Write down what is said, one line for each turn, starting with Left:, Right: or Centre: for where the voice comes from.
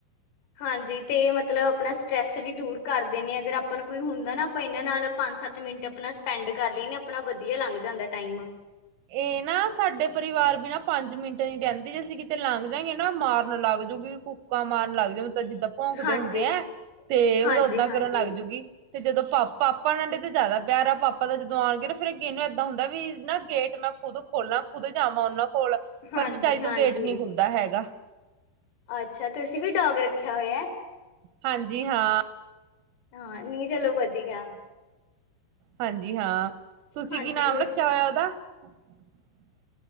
Left: ਹਾਂਜੀ, ਤੇ ਮਤ ਮਤਲਬ ਆਪਣਾ ਸਟਰੈੱਸ ਵੀ ਦੂਰ ਕਰਦੇ ਨੇ ਅਗਰ ਆਪਾਂ ਨੂੰ ਕੋਈ ਹੁੰਦਾ ਨਾ ਆਪਾਂ ਇਹਨਾਂ ਨਾਲ ਪੰਜ-ਸੱਤ ਮਿੰਟ ਆਪਣਾ ਸਪੈਂਡ ਕਰ ਲਈਏ ਨਾ, ਆਪਣਾ ਵਧੀਆ ਲੰਗ ਜਾਂਦਾ ਟਾਈਮ।
Right: ਇਹ ਨਾ ਸਾਡੇ ਪਰਿਵਾਰ ਬਿਨਾ ਪੰਜ ਮਿੰਟ ਕਹਿੰਦੀ ਜੇ ਅਸੀਂ ਕਿਤੇ ਲੰਘ ਜਾਈਏ ਨਾ ਮਾਰਨ ਲਗ ਜੁਗੀ, ਕੁੱਕਾਂ ਮਾਰਨ ਲੱਗ ਜਂਦ- ਜਿਦਾ ਭੋਂਕਦੇ
Left: ਹਾਂਜੀ,
Right: ਹੁੰਦੇ ਏ, ਤੇ
Left: ਹਾਂਜੀ,
Right: ਮਤਲਬ ਓਦਾਂ
Left: ਹਾਂਜੀ,
Right: ਕਰਨ ਲੱਗ ਜੂਗੀ। ਤੇ ਜਦੋਂ ਪਾ-ਪਾਪਾ ਨਾਲ ਤੇ ਜ਼ਿਆਦਾ ਪਿਆਰ ਆ, ਪਾਪਾ ਦਾ ਜਦੋਂ ਆਉਣਗੇ ਨਾ ਫੇਰ ਅਗੇਨੂੰ ਏਦਾਂ ਹੁੰਦਾ ਵੀ ਨਾ- ਗੇਟ ਮੈਂ ਖੁਦ ਖੋਲਾਂ, ਖੁਦ ਜਾਵਾਂ ਉਹਨਾਂ ਕੋਲ,
Left: ਹਾਂਜੀ,
Right: ਪਰ ਬੇਚਾਰੀ ਤੋਂ
Left: ਹਾਂਜੀ।
Right: ਗੇਟ ਨੀ ਖੁੱਲਦਾ ਹੈਗਾ।
Left: ਅੱਛਾ, ਤੁਸੀਂ ਵੀ ਡੋਗ ਰੱਖਿਆ ਹੋਇਐ।
Right: ਹਾਂਜੀ-ਹਾਂ
Left: ਹਾਂ, ਨੀ ਚਲੋ ਵਧੀਆ।
Right: ਹਾਂਨ ਜੀ ਹਾਂ, ਤੁਸੀਂ
Left: ਹਾਂਜੀ
Right: ਕੀ ਨਾਮ
Left: ਵਧੀਆ
Right: ਰੱਖਿਆ ਹੋਇਆ ਉਹਦਾ? ਅ <unintelligible>